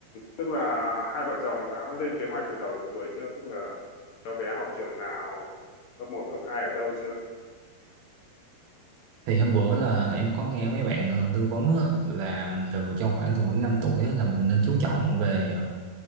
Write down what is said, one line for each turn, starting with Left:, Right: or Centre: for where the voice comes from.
Left: tức là hai vợ chồng đã lên kế hoạch từ đầu đến cuối chưa? Tức là cho bé học trường nào, cấp một cấp 2 ở đâu chưa?
Right: Thì hôm bữa là em có nghe mấy bạn ờ, tư vấn á, là từ trong khoảng từ khoảng 5 tuổi á, là mình nên chú trọng về ờ,